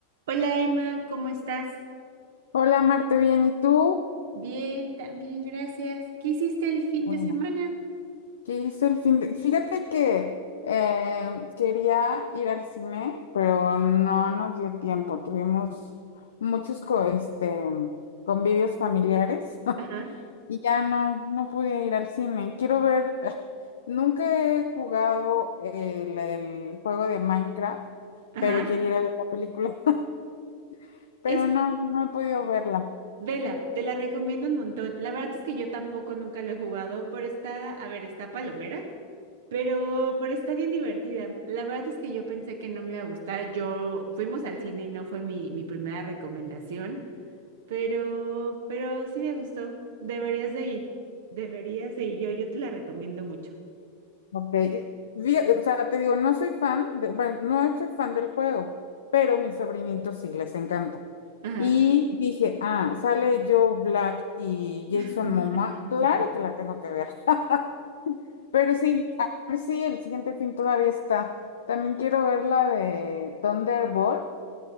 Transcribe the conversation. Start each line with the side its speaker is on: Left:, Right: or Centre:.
Right: Hola Emma, ¿cómo estás?
Left: Hola Marte, bien, ¿y tú?
Right: Bien, también, gracias. ¿Qué hiciste el fin
Left: Bueno,
Right: de semana?
Left: ¿qué hizo el fin de...? Fíjate que eh, quería ir al cine, pero no nos dio tiempo. Tuvimos muchos co- este, convivios familiares <laughs>
Right: Ajá,
Left: y ya no, no pude ir al cine. Quiero ver, <laughs> nunca he jugado el, el juego de Minecraft,
Right: ajá.
Left: pero quiero ir a ver la película, <laughs> pero
Right: Es
Left: no, no he podido verla.
Right: vela, te la recomiendo un montón. La verdad es que yo tampoco nunca lo he jugado, pero está, a ver, está palomera, pero, pero está bien divertida. La verdad es que yo pensé que no me iba a gustar. Yo fuimos al cine y no fue mi, mi primera recomendación, pero, pero sí me gustó. Deberías de ir, deberías de ir. Yo, yo te la recomiendo mucho.
Left: Ok, vi- o sea, te digo, no soy fan, de- bueno, no soy fan del juego, pero mis sobrinitos sí les encanta.
Right: Ajá.
Left: Y dije, ah, sale Joe Black y Jason
Right: <laughs>
Left: Momoa, claro que la tengo que ver. <laughs> Pero sí, a ver si el siguiente fin todavía está. También quiero ver la de Thunderbolt,